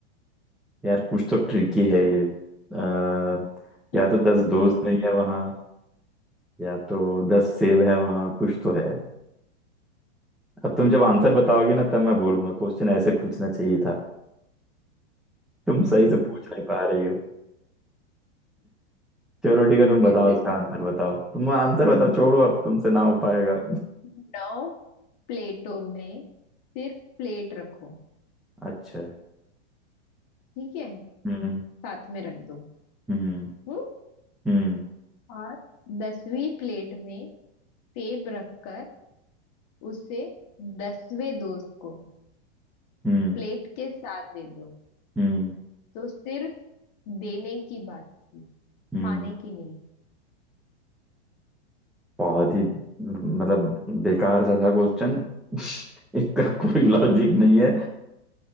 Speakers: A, in the centre; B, on the left.
A: यार कुछ तो ट्रिकी है ये आ,
B: <laughs>
A: या तो दस दोस्त नहीं है वहाँ या तो दस सेब है वहाँ कुछ तो है अब तुम जब आंसर बताओगे ना तब मैं बोलूंगा क्वेश्चन ऐसे पूछना चाहिए था तुम सही से पूछ नहीं पा रही हो चलो ठीक है तुम
B: फिर
A: बताओ
B: से
A: इसका
B: बोलती
A: आंसर बताओ तुम आंसर बताओ छोड़ो अब तुमसे ना हो पाएगा
B: हूँ। नौ प्लेटों में सिर्फ प्लेट रखो
A: अच्छा
B: ठीक है
A: हम्म
B: साथ में रख दो
A: हम्म
B: हम्म
A: हम्म
B: और दसवीं प्लेट में सेब रखकर उसे दसवें दोस्त को
A: हम्म
B: प्लेट के साथ दे दो
A: हम्म
B: तो सिर्फ देने की बात थी
A: हम्म
B: खाने की नहीं
A: बहुत ही मतलब बेकार सा था क्वेश्चन <laughs> इसका कोई लॉजिक नहीं है